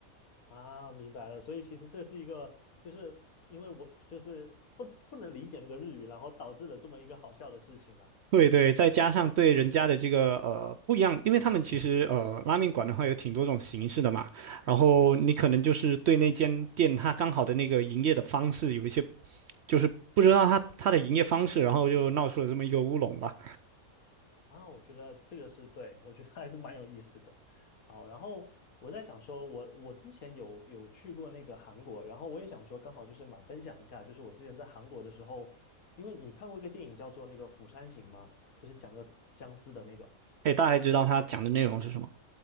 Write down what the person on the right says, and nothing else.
对对，再加上对人家的这个呃不一样，因为他们其实呃拉面馆的话有挺多种形式的嘛，然后你可能就是对那间店它刚好的那个营业的方式有一些就是不知道它它的营业方式，然后就闹出了这么一个乌龙吧。
可以大概知道他讲的内容是什么。